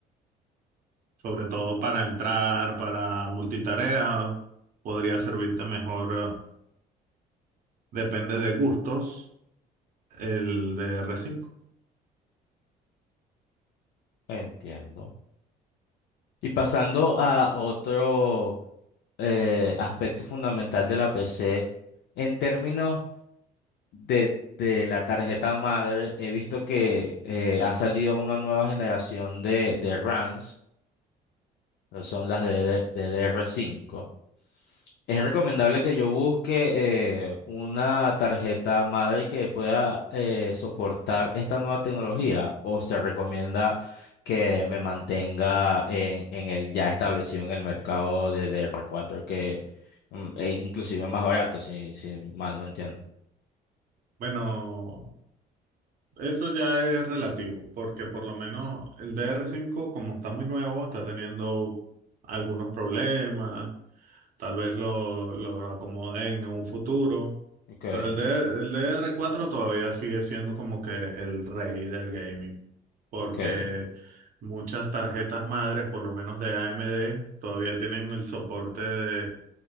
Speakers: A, on the right (about 55°); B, on the left (about 70°).
A: sobre todo para entrar, para multitarea, podría servirte mejor, eh, depende de gustos, el DDR5.
B: Entiendo. Y pasando a otro eh, aspecto fundamental de la PC, en términos de, de la tarjeta madre, he visto que eh, ha salido una nueva generación de, de RAMs, que son las de, DDR5. Es recomendable que yo busque eh, una tarjeta madre que pueda eh, soportar esta nueva tecnología o se recomienda que me mantenga en, en el ya establecido en el mercado de DR4 que mm, es inclusive más barato, si, si mal no entiendo.
A: Bueno, eso ya es relativo, porque por lo menos el DDR5, como está muy nuevo, está teniendo algunos problemas Tal vez lo, lo acomoden en un futuro.
B: Okay,
A: Pero el, D- el dr cuatro todavía sigue siendo como que el rey del gaming. Porque
B: okay,
A: muchas tarjetas madres, por lo menos de AMD, todavía tienen el soporte de